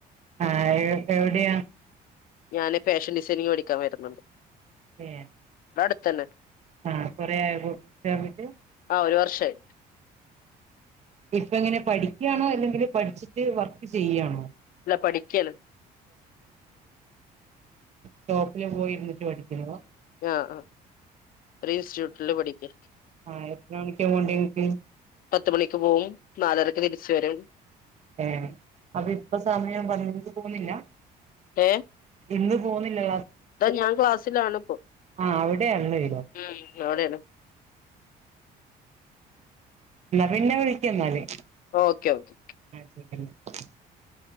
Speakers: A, on the right (about 40°); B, on the left (about 55°).
A: ആഹ എവിടെയാാണ്?
B: ഞാന് ഫാഷൻ ഡിസൈനിങ് പടിക്കാൻ വരുന്നുണ്ട്
A: ഏ
B: പടുത്തനെ
A: ആഹ കൊറേ ആയോ ചേർന്നിട്ട്
B: ആ ഒരു വർഷമായി
A: ഇപ്പ എങ്ങനെ പഠിക്കയാണോ അല്ലെങ്കിൽ പഠിച്ചിട്ട് വർക്ക് ചെയ്യയാണോ?
B: ഇല്ല പഠിക്കല്
A: ഷോപ്പില് പോയിരുന്നിട്ട് പഠിക്കുന്നു
B: ആഹ് ആഹ ഒരു ഇൻസ്റ്റിറ്റ്യൂട്ടില് പഠിക്ക
A: ആഹ് എത്ര മണിക്കാ പോണ്ടേ ഇങ്ങക്ക്
B: പത്ത് മണിക്ക് പോവും നാലരക്ക് തിരിച്ചു വരും
A: ഏ അപ്പൊ ഇപ്പൊ സമയം പറഞ്ഞി തോന്നില്ല
B: ഏ
A: ഇന്ന് പോന്നില്ലേ
B: ഇതാ ഞാൻ ക്ലാസ്സിലാണ് ഇപ്പൊ
A: ആ അവിടെ അല എന്നാ
B: ഉം അവിടെയാണ്
A: പിന്നെ വിളിക്ക എന്നാല്
B: ഓക്കെ ഓക്കേ
A: <unintelligible>